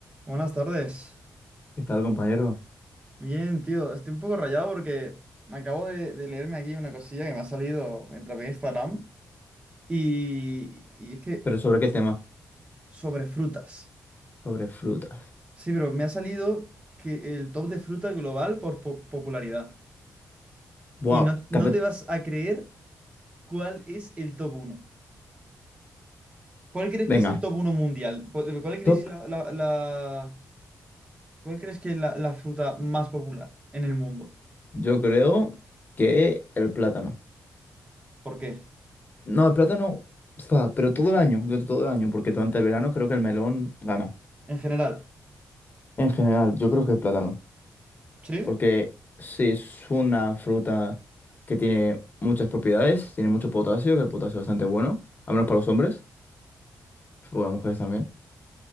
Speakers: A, on the right; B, on the left.
A: Buenas tardes.
B: ¿Qué tal, compañero?
A: Bien, tío. Estoy un poco rayado porque me acabo de, de leerme aquí una cosilla que me ha salido mientras veía Instagram. Y, y es que
B: ¿Pero sobre qué tema?
A: sobre frutas.
B: Sobre frutas.
A: Sí, pero me ha salido que el top de fruta global por po- popularidad.
B: Buah,
A: Y no, no
B: te apet-
A: te vas a creer cuál es el top uno. ¿Cuál crees
B: venga,
A: que es el top uno mundial? ¿Cuál cuál crees
B: top.
A: la, la- la- cuál crees que es la, la fruta más popular en el mundo?
B: Yo creo que el plátano.
A: ¿Por qué?
B: No, el plátano, fa, pero todo el año, durante todo el año, porque durante el verano creo que el melón gana.
A: En general.
B: En general, yo creo que el plátano.
A: ¿Sí?
B: Porque sí es una fruta que tiene muchas propiedades, tiene mucho potasio, que el potasio es bastante bueno, al menos para los hombres, para las mujeres también.